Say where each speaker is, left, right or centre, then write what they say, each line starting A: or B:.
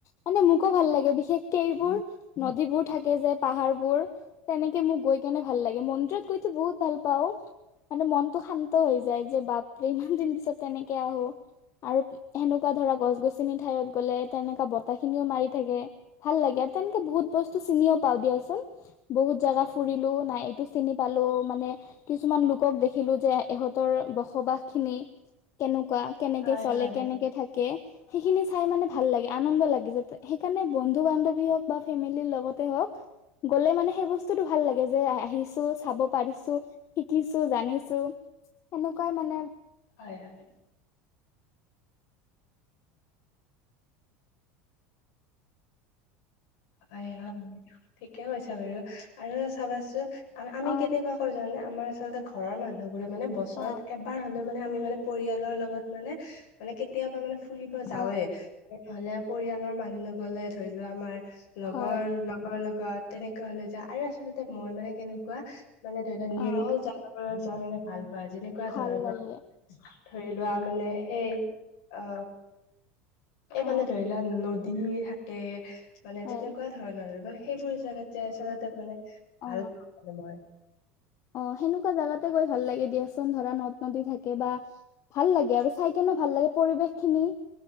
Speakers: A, on the left; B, on the left.
A: মানে মোকো ভাল লাগে বিশেষকে এইবোৰ নদীবোৰ থাকে যে পাহাৰবোৰ তেনেকে মোক গৈ কেনে ভাল লাগে, মন্দিৰত গৈতো বহুত ভাল পাওঁ। মানে মনটো শান্ত হৈ যায় যে বাপ-ৰে ইমান দিন পিছত তেনেকে আহো। আৰু সেনেকুৱা ধৰা গছ-গছনিৰ ঠাইয়ত গলে তেনেকুৱা বতাহ খিনিও মাৰি থাকে ভাল লাগে আৰু তেনকে বহুত বস্তু চিনিও পাওঁ দিয়াচোন। বহুত জাগা ফুৰিলো নাই এইটো চিনি পালো মানে কিছুমান লোকক দেখিলো যে ইহঁতৰ বসবাস খিনি কেনেকুৱা কে-
B: হয়
A: কে চলে
B: হয়
A: কেনেকে থাকে সেইখিনি চাই মানে ভাল লাগে, আনন্দ লাগে যাতে সেইকাৰণে বন্ধু-বান্ধৱী হওঁক বা ফেমিলিৰ লগতে হওক গ'লে মানে সেই বস্তুটো ভাল লাগে যে আহিছো, চাব পাৰিছো শিকিছো, জানিছো সেনেকুৱাই মানে
B: হয় হয়। হয় হয় ঠিকে কৈছা বাৰু আৰু চাবাছো আমি
A: অ
B: কেনেকুৱা কৰো জানে আমাৰ আচলতে ঘৰৰ মানুহবোৰে মানে বছৰত
A: অ
B: এব- বাৰ হলেও মানে আমি মানে পৰিয়ালৰ লগত মানে মানে কেতিয়াবা মানে ফুৰিব যাওৱে
A: অ
B: নহলে পৰিয়ালৰ মানুহ নগলে ধৰি লোৱা আমাৰ লগৰ
A: হয়
B: লগৰ লগত তেনেকুৱা হলে যে আৰু আচলতে মই মানে কেনেকুৱা মানে ধৰি লোৱা নিৰল
A: অ
B: জা তাৰ মানে ভাল পায় যেনেকুৱা
A: ভাল
B: ধৰণৰ
A: লাগে
B: ধৰি লোৱা মানে সেই অ এই
A: অ
B: মানে ধৰি লোৱা নদী থাকে মানে
A: হয়
B: তেনেকুৱা ধৰণৰ মানে সেইবোৰ জেগাত যাই আচলতে মানে
A: অ
B: ভাল পাওঁ মানে মই
A: অ সেনেকুৱা জাগাতে গৈ ভাল লাগে দিয়াচোন ধৰা নদ নদী থাকে বা ভাল লাগে আৰু চাই কেনেো ভাল লাগে পৰিৱেশ খিনি